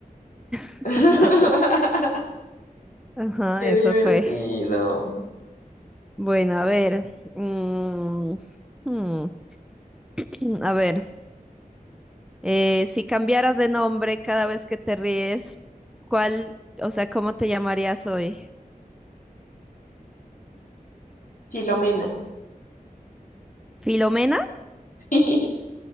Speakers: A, in the centre; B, on the left.
A: <laughs>
B: <laughs>
A: Ajá,
B: Qué
A: eso
B: divertido.
A: fue. Bueno, a ver. mm, mm, <clears throat> a ver. eh, si cambiaras de nombre cada vez que te ríes, ¿cuál, o sea, cómo te llamarías hoy?
B: Filomena.
A: ¿Filomena?
B: <laughs>